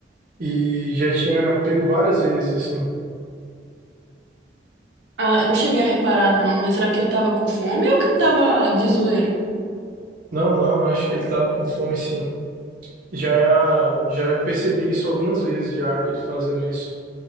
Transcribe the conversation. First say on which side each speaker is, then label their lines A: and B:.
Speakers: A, on the right; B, on the right.
A: e já tinha pego várias vezes, assim.
B: Ah, eu não cheguei a reparar, não, mas será que ele tava com fome ou que ele tava de zoeira?
A: Não, não, eu acho que ele tava com fome, sim. Já, já percebi isso algumas vezes já, ele fazendo isso.